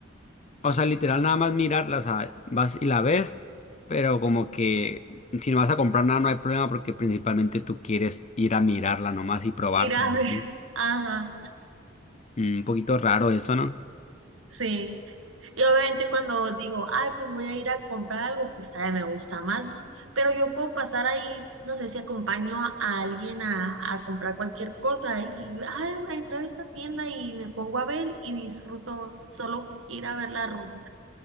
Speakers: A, on the left; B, on the right.
A: o sea, literal nada más mirarla, o sea, vas y la ves, pero como que si no vas a comprar nada no hay problema porque principalmente tú quieres ir a mirarla nomás y probarla.
B: Ir a
A: y
B: ver.
A: así.
B: <laughs> Ajá,
A: Mm, Un poquito raro eso, ¿no?
B: sí. Y obviamente cuando digo, ay, pues voy a ir a comprar algo, pues todavía me gusta más, ¿no? Pero yo puedo pasar ahí, no sé si acompaño a a alguien a, a comprar cualquier cosa y, ay, voy a entrar a esta tienda y me pongo a ver y disfruto solo ir a ver la ropa.